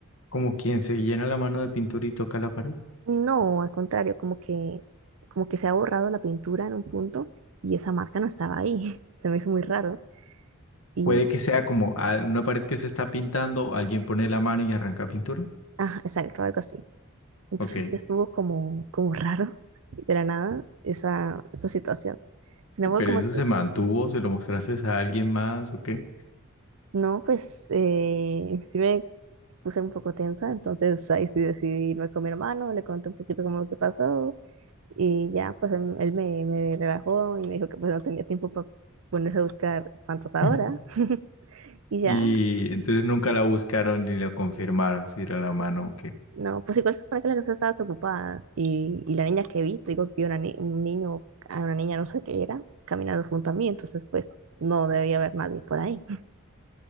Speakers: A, on the left (about 75°); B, on the right (about 75°).
A: Como quien se llena la mano de pintura y toca la pared.
B: Y no, al contrario, como que, como que se ha borrado la pintura en un punto y esa marca no estaba ahí. <laughs> Se me hizo muy raro. Y,
A: Puede que sea como a- una pared que se está pintando, alguien pone la mano y arranca pintura.
B: ah, exacto, algo así. Entonces
A: Ok.
B: sí estuvo como, como raro de la nada esa, esa situación. Sin embargo,
A: Pero
B: como
A: eso
B: te,
A: se mantuvo, se lo mostraste a alguien más, ¿o qué?
B: no, pues eh, sí me puse un poco tensa, entonces ahí sí decidí irme con mi hermano, le conté un poquito como lo que pasó y ya, pues él, él me, me relajó y me dijo que pues no tenía tiempo para ponerse a buscar espantos ahora.
A: <laughs>
B: <laughs> Y
A: Y
B: ya,
A: entonces nunca la buscaron ni la confirmaron si era la mano o qué.
B: No, pues igual para que la casa estaba desocupada. Y, y la niña que vi, te digo que vi una ni- un niño, a una niña no sé qué era, caminando junto a mí, entonces pues no debía haber nadie por ahí.